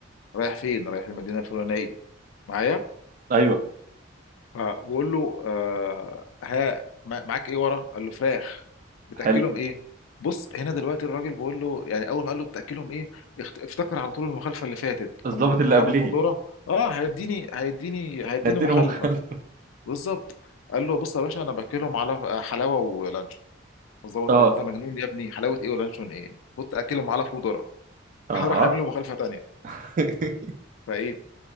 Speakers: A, on the left; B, on the right.
A: رايح فين رايح المدينه الفلانيه معايا
B: ايوه
A: فبقول له آه ها ما- معاك ايه ورا قال له فراخ بتاكلهم
B: حلو
A: ايه بص هنا دلوقتي الراجل بقول له يعني اول ما قال له بتاكلهم ايه اخت- افتكر على طول المخالفه اللي فاتت
B: الضابط
A: انا لو قلت
B: اللي
A: له
B: قبليه
A: على قدره اه هيديني هيديني هيديني
B: اديني
A: مخالفه
B: مخل
A: بالظبط قال له بص يا باشا انا باكلهم على حلاوه ولانشون الظابط
B: اه
A: قال له انت مجنون يا ابني حلاوه ايه ولانشون ايه كنت اكلهم على فودره <laughs>
B: اه
A: هروح اعمل له مخالفه تانيه
B: <laughs>
A: فايه